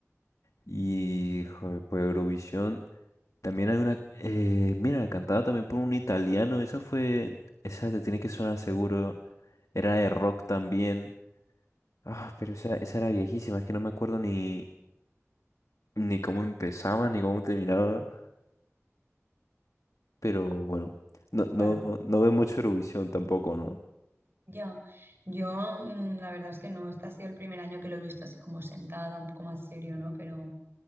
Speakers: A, on the left; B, on the right.
A: Y, joder, pues Eurovisión, también hay una, eh, mira, cantada también por un italiano, esa fue, esa te tiene que sonar seguro, era de rock también. Ah, pero esa, esa era viejísima, es que no me acuerdo ni, ni cómo empezaba, ni cómo terminaba. Pero bueno, no, no,
B: Bueno,
A: no ve mucho Eurovisión tampoco, ¿no?
B: ya. Yo mm, la verdad es que no, este ha sido el primer año que lo he visto así como sentada, un poco más serio, ¿no? Pero,